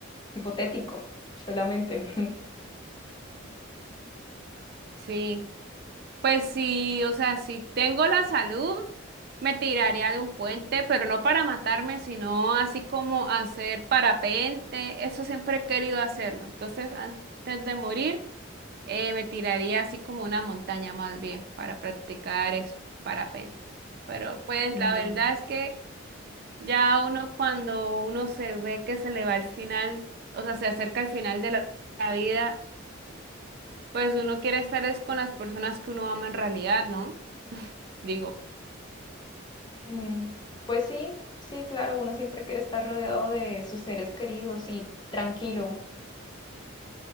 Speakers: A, on the left; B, on the right.
A: hipotético, solamente. <laughs>
B: Sí, pues sí, o sea, si tengo la salud, me tiraría de un puente, pero no para matarme, sino así como hacer parapente, eso siempre he querido hacerlo. Entonces, antes de morir, eh, me tiraría así como una montaña más bien para practicar eso, parapente. Pero pues
A: Mm.
B: la verdad es que... Ya uno cuando uno se ve que se le va al final, o sea, se acerca al final de la, la vida, pues uno quiere estar es con las personas que uno ama en realidad, ¿no? Digo,
A: Mm, pues sí, sí, claro, uno siempre quiere estar rodeado de sus seres queridos y tranquilo,